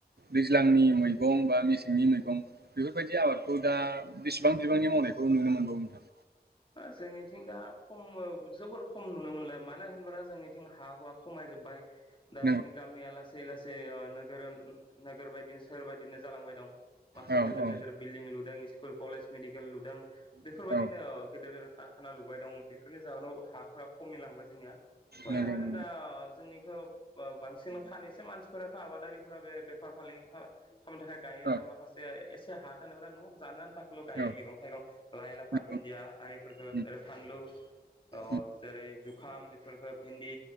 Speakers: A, on the right; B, on the left.
A: दैज्लांनि मैगं बा मेसेंनि मैगं दं बेफोरबायदि आबादखौ दा बेसेबां बिबांनि मावनायखौ नुनो मोनबावो नोंथां
B: जोंनिथिं दा खम जोबोर खम नुनो मोनो मानो होनबोला जोंनिथिं हा हुवा खमायजोब्बाय दा
A: नंगौ।
B: जोंनि गामिया लासै लासै नोगोर नोगोर बायदिनो सोहोर बायदिनो जालांबाय दं माखासे
A: औ,
B: गेदेर
A: औ,
B: गेदेर बिल्डिं लुदों स्कुल कलेज मेडिकेल लुदों बेफोरबायदिनो
A: औ, औ,
B: गेदेर कारखाना लुबाय दं बेफोरनि जाहोनाव हाफोरा खमि लांबाय जोंनिया खमिलांनानै
A: नंगौ, नंगौ।
B: दा जोंनिखौ बांसिन खानैसो मानसिफोराथ' आबादारिफोरा बे बेफार फालांगि खालामनो थाखाय गायो आरो
A: औ,
B: माखासे एसे हा थानायफ्रा न' जानो आनथा थाखायल' गायो
A: औ,
B: मैगं थाइगं लाइ लाफा
A: नंगौ।
B: दुन्दिया आरिफोरखो
A: उम,
B: जेरै फानलु अ
A: उम,
B: जेरै जुखाम बेफोरखौ भिन्दि